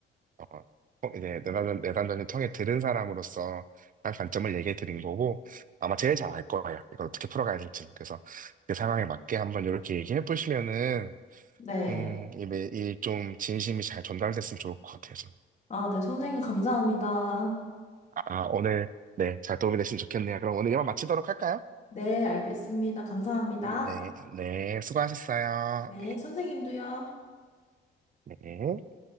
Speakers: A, on the right (about 45°); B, on the left (about 35°).
A: 어, 어, 이제 내담전 내담 통해 들은 사람으로서 한 관점을 얘기해 드린 거고 아마 제일 잘 알 거예요. 이걸 어떻게 풀어가야 될지. 그래서 그 상황에 맞게 한번 이렇게 얘기해 보시면은
B: 네.
A: 음, 이 매일 좀 진심이 잘 전달됐으면 좋을 것 같아요, 저는.
B: 아, 네. 선생님 감사합니다.
A: 아, 아, 오늘, 네, 잘 도움이 됐으면 좋겠네요. 그럼 오늘 이만 마치도록 할까요?
B: 네, 알겠습니다. 감사합니다.
A: 네, 네, 수고하셨어요.
B: 네, 선생님도요.
A: 네.